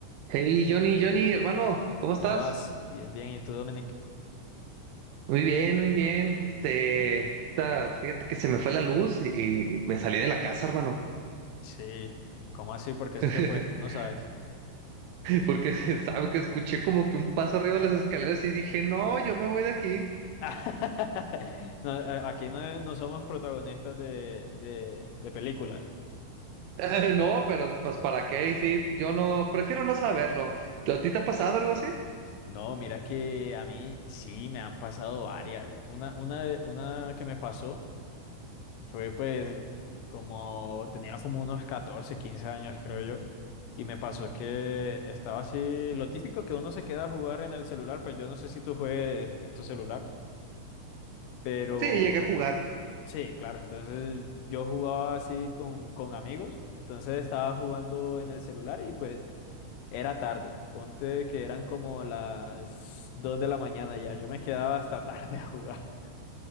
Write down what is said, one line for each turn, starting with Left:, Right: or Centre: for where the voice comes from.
Right: Hey, Johnny, Johnny, hermano, ¿cómo estás?
Left: ¿Cómo vas? Bien, bien. ¿Y tú, Dominic?
Right: Muy bien, muy bien. Este, ahorita, fíjate que se me fue la luz y, y me salí de la casa, hermano.
Left: Sí. ¿Cómo así? ¿Por qué
Right: <laughs>
Left: se te fue? No sabes.
Right: Porque, ¿sabes? Que escuché como que un paso arriba de las escaleras y dije, no, yo me voy de aquí.
Left: <laughs> No, a- aquí no, no somos protagonistas de, de, de películas.
Right: <laughs> No, pero pues, ¿para qué? Y sí, yo no, prefiero no saberlo. ¿A ti te ha pasado algo así?
Left: No, mira que a mí sí me han pasado varias. Una, una, de- una que me pasó fue pues como tenía como unos 14 15 años creo yo. Y me pasó que estaba así, lo típico que uno se queda a jugar en el celular, pues yo no sé si tú juegues en tu celular. Pero
Right: Sí, llegué a jugar.
Left: Sí, claro, entonces yo jugaba así con, con amigos, entonces estaba jugando en el celular y pues era tarde, ponte que eran como las 2 de la mañana ya, yo me quedaba hasta <laughs> tarde a jugar.